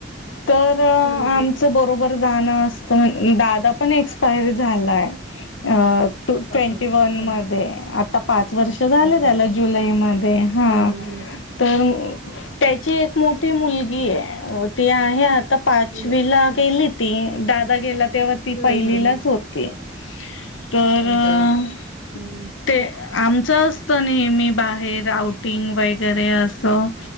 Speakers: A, on the left; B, on the left.
A: तर आम-
B: हम्म हम्म
A: -च बरोबर जाण असत. दादा पण एक्सपायर झालाय. अ- two twenty
B: okay okay
A: one
B: हं
A: मधे. अप - पाच वर्ष झाले
B: अरे बापरे
A: त्याला जुलैमध्ये. हां.
B: हम्म
A: तर त्याची एक मोठी मुलगी आहे. ती आहे आ- पाचवीला
B: हम्म
A: गेली ती. दादा गेला तेव्हा ती
B: हम्म
A: पहिलीलाच
B: हम्म
A: हो- -ती तर-
B: हम्म ग- हम्म
A: ते आमचं असत नेहमी बाहेर आउटिंग वगैरे असं.